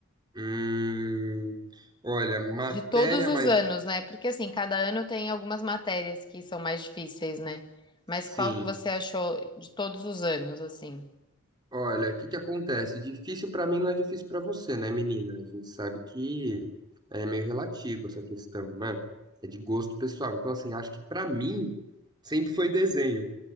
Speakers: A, on the right; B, on the left.
A: hum, olha, matéria
B: De todos os
A: mais
B: anos, né? Porque assim, cada ano tem algumas matérias que são mais difíceis, né? Mas
A: sim.
B: qual que você achou de todos os anos, assim?
A: Olha, o que que acontece? Difícil pra mim não é difícil pra você, né, menina? A gente sabe que é meio relativo essa questão, né? É de gosto pessoal. Então, assim, acho que pra mim sempre foi desenho.